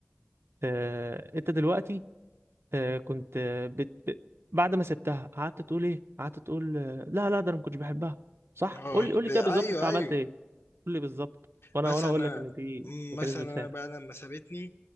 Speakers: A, on the right (about 80°); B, on the left (about 80°).
A: آه، انت دلوقتي آه، كنت آه، بت... ب- بعد ما سبتها قعدت تقول ايه قعدت تقول آه، لا لا ده انا ما كنتش بحبها صح
B: اه
A: قول لي قول لي
B: ب-
A: كده بالظبط
B: ايوه
A: انت عملت
B: ايوه
A: ايه قول لي بالظبط وانا
B: مثلا
A: وانا اقول لك ان دي
B: م-
A: ميكانيزم
B: مثلا انا
A: دفاع
B: بعد ما سابتني